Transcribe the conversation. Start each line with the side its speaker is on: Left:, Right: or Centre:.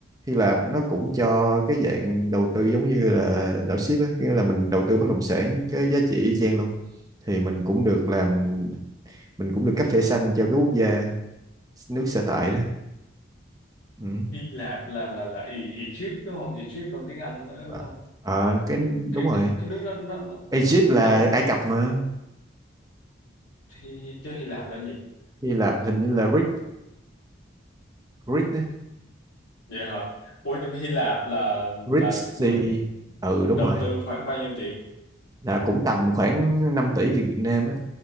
Right: Hy Lạp nó cũng cho cái dạng đầu tư giống như là đảo ship á nghĩa là mình đầu tư bất động sản cái giá trị y chang luôn thì mình cũng được làm mình cũng được cấp thẻ xanh cho cái quốc gia nước sở tại đó ừ.
Left: Hy Lạp là là là Ý, Egypt đúng không? Egypt trong tiếng Anh nữa
Right: Ờ,
Left: đúng không?
Right: Ờ, cái
Left: Cái
Right: đúng rồi.
Left: cái cái nước đó nó nó
Right: Egypt là
Left: tớ-
Right: Ai Cập mà.
Left: thì chứ Hy Lạp là gì?
Right: Hy Lạp hình như là Greek Greek á.
Left: Vậy hả? Ủa trong Hy Lạp là
Right: Greek
Left: là
Right: Sea.
Left: mình
Right: Ừ đúng
Left: đầu
Right: rồi.
Left: tư khoảng bao nhiêu tiền?
Right: Là cũng tầm khoảng 5 tỷ tiền Việt Nam á.